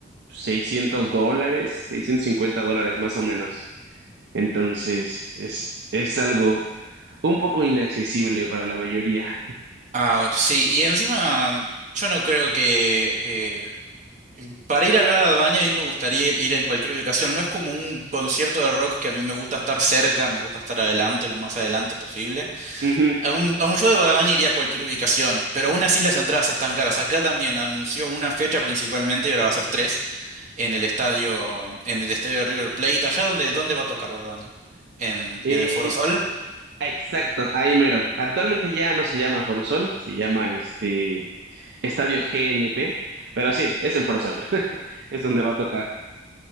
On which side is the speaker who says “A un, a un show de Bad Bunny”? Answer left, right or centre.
Right